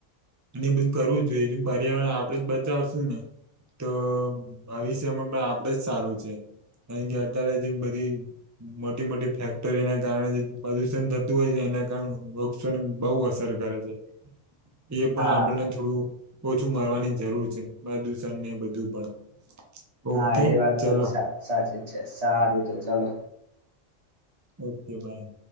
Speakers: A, on the right; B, on the right.
A: અને એ બધ કરવું જોઈએજ પર્યાવરણ આપડે જ બચાવશું ને તો ભવિષ્યમાં પણ આપડે જ સારું છે. કારણ કે અત્યારે જે બધી મોટી મોટી ફેક્ટરીને કારણે પ્રદુષણ થતું હોય છે એના કારણે વક્ષને બહુ અસર કરે છે. એ પણ
B: હા
A: આપણને થોડું ઓછું મળવાની જરૂર છે. પ્રદૂષણ ને બધું પણ. ઓકે
B: હા, એ વાત
A: ચલો
B: તો જ સાચી જ છે. સારું તો ચલો.
A: Okay by.